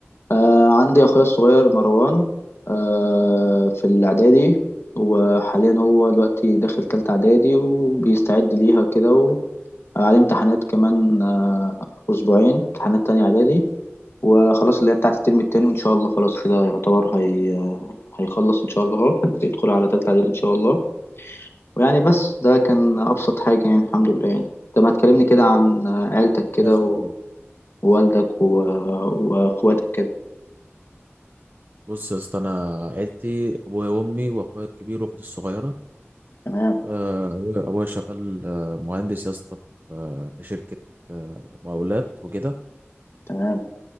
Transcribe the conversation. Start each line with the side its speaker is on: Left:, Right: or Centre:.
Left: آه عندي أخويا الصغير مروان آه في الإعدادي وحاليا هو دلوقتي داخل تالتة إعدادي وبيستعد ليها كده وعليه امتحانات كمان آه أسبوعين امتحانات تانية إعدادي وخلاص اللي هي بتاعة الترم التاني وإن شاء الله خلاص كده يعتبر هي هيخلص إن شاء الله أهو يدخل على تالتة إعدادي إن شاء الله ويعني بس ده كان أبسط حاجة يعني الحمد لله يعني طب ما تكلمني كده عن عيلتك
Right: ربنا
Left: كده
Right: يخليهم
Left: و-
Right: لك.
Left: ووالدك و- وأخواتك كده
Right: بص يا اسطى انا عيلتي ابويا وامي واخويا الكبير واختي الصغيره
Left: تمام
Right: آه، أبويا أبويا شغال آه، مهندس يا اسطى آه، في شركة آه، مقاولات وكده
Left: تمام